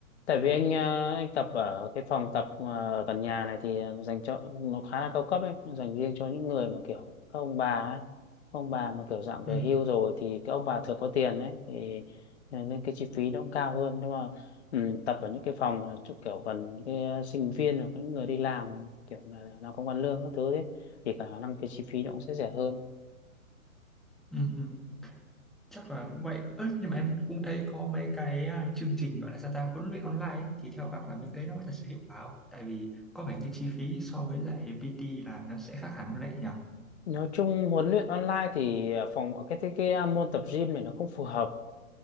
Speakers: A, on the left (about 50°); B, in the centre.
A: tại vì anh à, anh tập ở cái phòng tập à, gần nhà này thì dành cho nó khá là cao cấp ấy dành riêng cho những người mà kiểu các ông bà ấy Các ông bà mà kiểu dạng
B: ừ,
A: về hưu rồi thì các ông bà thường có tiền đấy thì ờ, nên cái chi phí nó cũng cao hơn nhưng mà ừ, tập ở những cái phòng mà chỗ kiểu gần cái ờ, sinh viên hoặc những người đi làm kiểu là làm công ăn lương các thứ đấy thì cả khả năng cái chi phí nó cũng sẽ rẻ hơn
B: ừ, ừ. chắc là cũng vậy Ơ, nhưng mà em cũng thấy có mấy cái à, chương trình gọi là sao ta huấn luyện online ấy. thì theo bác là mấy cái đấy nó có thật sự hiệu quả không tại vì có vẻ như chi phí so với lại PT là nó sẽ khác hẳn luôn đấy nhỉ
A: nói chung huấn luyện online thì ờ, phòng cái cái, cái ờ, môn tập gym này nó không phù hợp